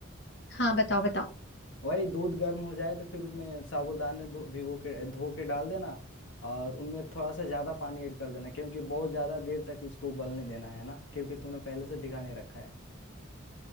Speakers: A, on the left; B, on the left.
A: हाँ बताओ बताओ
B: वही दूध गर्म हो जाए तो फिर उसमें साबूदाने धो भिगो के धो के डाल देना और उनमें थोड़ा सा ज्यादा पानी ऐड कर देना क्योंकि बहुत ज्यादा देर तक इसको उबलने देना है ना क्योंकि तुमने पहले से भिगा नहीं रखा है